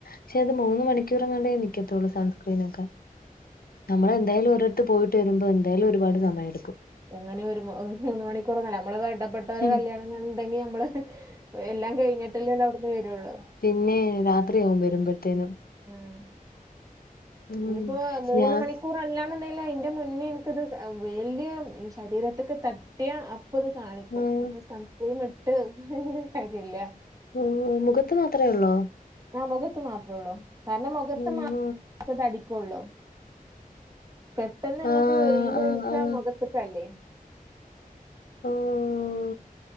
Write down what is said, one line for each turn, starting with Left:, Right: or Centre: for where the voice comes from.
Left: പക്ഷെ അത് മൂന്ന് മണിക്കൂറങ്ങാണ്ടേ നിക്കത്തുള്ളൂ സൺസ്ക്രീനൊക്കെ നമ്മളെന്തായാലും ഒരിടത്ത് പോയിട്ട് വരുമ്പോ എന്തായാലും ഒരുപാട് സമയെടുക്കും
Right: എങ്ങനെ ഒരു ഒരു മണിക്കൂറൊന്നല്ല. അമ്മളെ വേണ്ടപ്പെട്ടവരെ
Left: ഉം
Right: കല്യാണണ്ടെങ്കി നമ്മള് എല്ലാം കഴിഞ്ഞിട്ടല്ലേ ന്നഅവിടുന്ന് വരുള്ളൂ
Left: പിന്നേ രാത്രിയാവും വരുമ്പത്തേനും
Right: ആഹ്..
Left: ഉം
Right: ഇഞ്ഞിപ്പോ മൂന്ന്മണി
Left: ഞാൻ
Right: ക്കൂറല്ലാന്ന്ണ്ടെങ്കിലു അയ്ന്റെ മുന്നേ ഇൻക്കിത് വെയില് ശരീരത്ത്ക്ക് ത ട്ടിയ അപ്പൊ ഇത് കാണിക്കും.
Left: ഉം
Right: അപ്പൊ സൺസ്‌ക്രീം ഇട്ട് കാര്യല്ല
Left: ആഹ് മുഖത്ത് മാത്രേ ഒള്ളോ?
Right: ആ മുഖത്ത് മാത്രേള്ളൂ. കാരണം മുഖത്ത്
Left: ഉം
Right: മാത്രതടിക്കൊള്ളു പെട്ടന്ന് നമ്മക്ക്
Left: ആഹ്
Right: വെയിലോളളിച്ച
Left: ആഹ് ആഹ്
Right: മുഖത്ത്ക്കല്ലേ
Left: ആഹ്